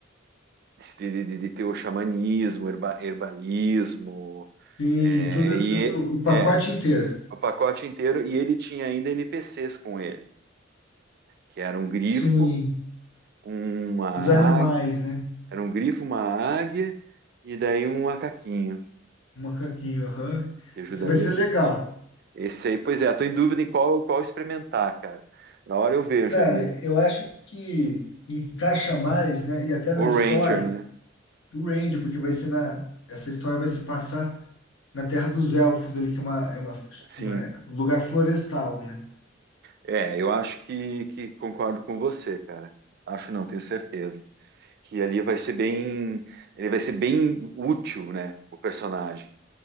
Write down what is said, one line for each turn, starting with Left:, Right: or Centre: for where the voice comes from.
Right: de, de, de ter o xamanismo, herba, herbalismo,
Left: Sim,
Right: é,
Left: todo esse,
Right: e
Left: o pacote
Right: é é,
Left: inteiro.
Right: o pacote inteiro. E ele tinha ainda NPCs com ele, que era um grifo,
Left: Sim,
Right: uma águia,
Left: os animais, né?
Right: era um grifo, uma águia e daí um macaquinho
Left: O macaquinho, aham.
Right: que ajudaria.
Left: Isso vai ser legal.
Right: Esse aí, pois é, estou em dúvida em qual qual experimentar, cara. Na hora eu vejo
Left: Cara,
Right: ali o,
Left: eu acho que encaixa mais, né? E até
Right: o
Left: na história,
Right: Ranger, né?
Left: o Randy, porque vai ser na. Essa história vai se passar na Terra dos Elfos, ali, que é uma, é uma,
Right: Sim,
Left: uma- um lugar florestal, né?
Right: é, eu acho que, que concordo com você, cara. Acho não, tenho certeza. que ali vai ser bem, ele vai ser bem útil, né, o personagem.